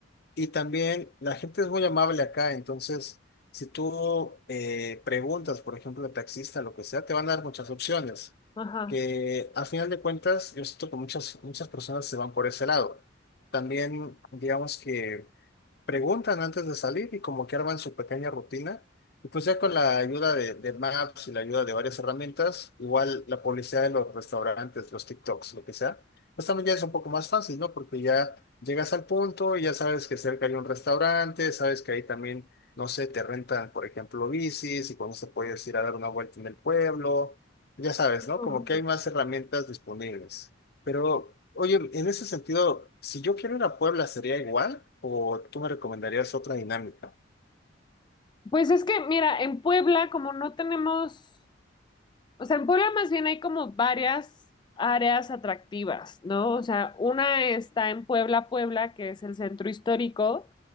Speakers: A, on the left (about 55°); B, on the left (about 25°).
A: Y también la gente es muy amable acá. Entonces, si tú eh, preguntas, por ejemplo, al taxista, lo que sea, te van a dar muchas opciones.
B: Ajá.
A: Que a final de cuentas, yo siento que muchas, muchas personas se van por ese lado. También, digamos que preguntan antes de salir y como que arman su pequeña rutina. Y pues ya con la ayuda de, de Maps y la ayuda de varias herramientas, igual la publicidad de los restaurantes, los TikToks, lo que sea, pues también ya es un poco más fácil, ¿no? Porque ya llegas al punto y ya sabes que cerca hay un restaurante, sabes que ahí también, no sé, te rentan, por ejemplo, bicis y cuando se puedes ir a dar una vuelta en el pueblo, ya sabes,
B: Ujú,
A: ¿no? Como
B: ujú.
A: que hay más herramientas disponibles. Pero, oye, en ese sentido, si yo quiero ir a Puebla, ¿sería igual? ¿O tú me recomendarías otra dinámica?
B: Pues es que, mira, en Puebla, como no tenemos O sea, en Puebla más bien hay como varias áreas atractivas, ¿no? O sea, una está en Puebla, Puebla, que es el centro histórico,